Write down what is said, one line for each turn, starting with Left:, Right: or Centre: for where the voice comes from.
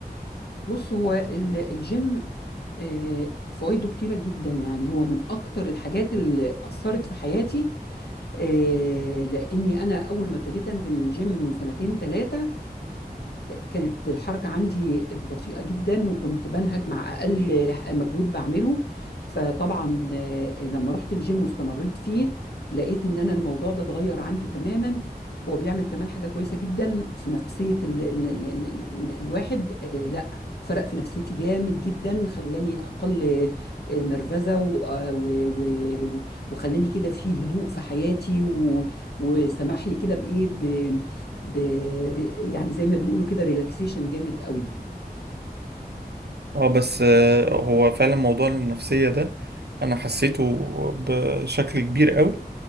Left: بص هو ال- الجيم آه، فوائده كتيرة جدا يعني هو من أكتر الحاجات اللي أثرت في حياتي آه، لاني انا اول ما ابتديت انزل الجيم من سنتين ثلاثه كانت الحركه عندي بطيئه جدا وكنت بنهج مع اقل مجهود بعمله فطبعا آه، لما رحت الجيم واستمريت فيه لقيت ان انا الموضوع ده اتغير عندي تماما هو بيعمل كمان حاجه كويسه جدا في نفسيه ال ال ال ال ال الواحد آه، لا فرق في نفسيتي جامد جدا خلاني اقل آه، نرفزه و- آه، و- و- وخلاني كده في هدوء في حياتي و... وسمح لي كده بايه ب... ب... يعني زي ما بيقولوا كده ريلاكسيشن جامد قوي
Right: اه بس آه، هو فعلا موضوع النفسية ده انا حسيته بشكل كبير قوي